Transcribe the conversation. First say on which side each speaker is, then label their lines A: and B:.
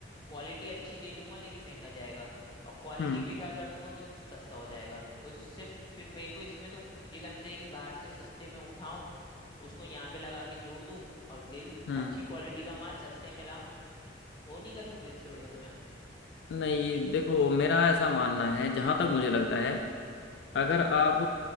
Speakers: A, on the left; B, on the left.
A: क्वालिटी अच्छी दे लूंगा लेकिन महंगा जाएगा और क्वालिटी
B: हम्म
A: बेकार कर दूंगा तो सस्ता हो जाएगा तो इससे फिर मेरे को इसमें तो ये करना चाहिए कि बाहर से सस्ते में उठाऊं उसको यहाँ पे लगा के जोड़ दूं और दे दूं
B: हम्म
A: अच्छी क्वालिटी का माल सस्ते में लाऊं वो नहीं कर लूं फिर इससे बढ़िया तो मैं
B: नहीं देखो मेरा ऐसा मानना है जहाँ तक मुझे लगता है अगर आप